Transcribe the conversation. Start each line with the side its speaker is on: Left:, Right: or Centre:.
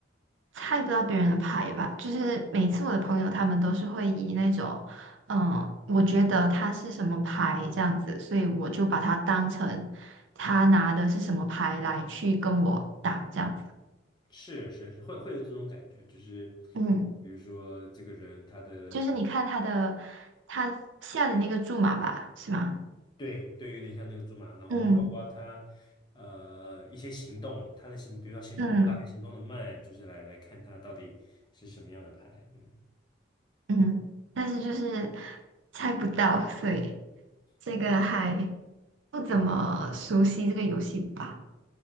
Right: 猜不到别人的牌吧，就是每次我的朋友他们都是会以那种，嗯，我觉得他是什么牌这样子，所以我就把它当成他拿的是什么牌来去跟我打这样子。
Left: 是是是，会会有这种感觉，就是
Right: 嗯，
Left: 比如说这个人他的
Right: 就是你看他的他下的那个注码吧，是吗？
Left: 对对，有点像那个猪马，然后包括他呃一些行动，
Right: 嗯
Left: 他的行，比如说行动得快还行动的慢，
Right: 嗯。
Left: 就是来来看他到底是什么样的牌，嗯
Right: 嗯，但是就是猜不到，所以这个还
Left: 嗯，
Right: 不怎么熟悉这个游戏吧。